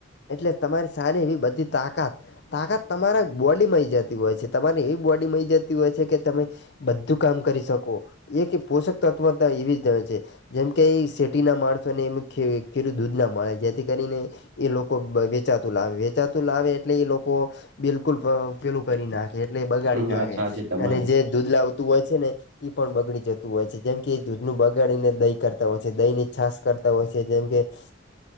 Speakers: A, on the left; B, on the right.
A: એટલે તમારી સારી એવી બધી તાકાત તાકાત તમારા બોડી મઈ જતી હોય છે તમારી એવી બોડી મઈ જતી હોય છે કે તમે બધું કામ કરી શકો. ઈ એ કે પોષકતત્વતા એવી જ હોય છે જેમ કે ઈ શેટીના માણસોને એમજ કે ખીરું દૂધ ના મળે જેથી કરીને એ લોકો વેચાતું લાવે વેચાતું લાવે એટલે એ લોકો બિલકુલ પેલું કરી નાખે એટલે એ બગાડી નાખે
B: વાત સાચી તમારી
A: અને જે દૂધ લાવતું હોય છે ને ઈ પણ બગડી જતું હોય છે. જેમ કે એ દૂધનું બગાડીને દહી કરતા હોય છે, દહીંની છાસ કરતા હોય છે જેમ કે <inaudible>